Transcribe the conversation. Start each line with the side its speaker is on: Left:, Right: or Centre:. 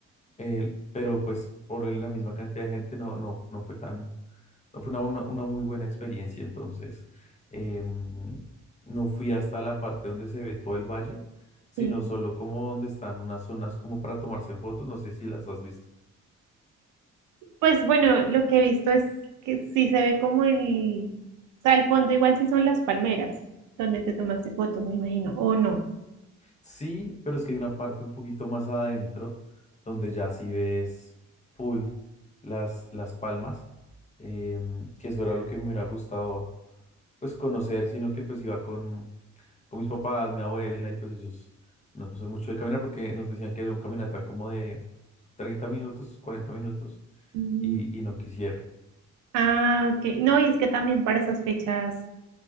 Left: El- pero pues por la misma cantidad de gente no, no, no fue tan, no fue una, una- una muy buena experiencia, entonces em, no fui hasta la parte donde se ve todo el valle, sino
Right: Sí,
Left: solo como donde están unas zonas como para tomarse fotos, no sé si las has visto.
Right: Pues bueno, lo que he visto es que sí se ve como el, o sea, el fondo igual sí son las palmeras donde te tomaste fotos, me imagino, o no.
Left: Sí, pero es que hay una parte un poquito más adentro donde ya sí ves full las, las palmas, em, que eso era lo que me hubiera gustado pues conocer, sino que pues iba con, con mis papás, mi abuela, y pues ellos no son mucho de caminar porque nos decían que era un caminata como de 30 minutos, 40 minutos,
Right: Mm,
Left: y, y no quisieron.
Right: Ah, ok. No, y es que también para esas fechas,